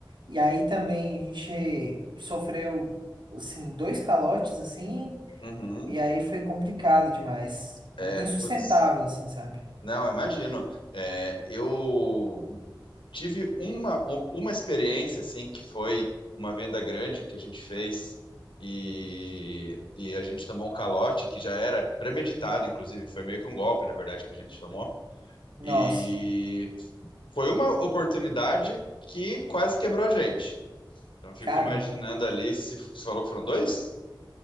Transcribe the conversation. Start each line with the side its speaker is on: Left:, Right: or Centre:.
Right: E aí também a gente sofreu, assim, dois calotes, assim,
Left: Uhum.
Right: e aí foi complicado demais.
Left: É,
Right: Insustentável,
Left: putz,
Right: assim, sabe?
Left: Não, imagino. É, eu tive uma, um- uma experiência assim que foi uma venda grande que a gente fez e, e a gente tomou um calote que já era premeditado, inclusive foi meio que um golpe, na verdade, que a gente tomou.
Right: Nossa,
Left: E foi uma oportunidade que quase quebrou a gente. Então eu fico
Right: caramba.
Left: imaginando ali se você falou que foram dois?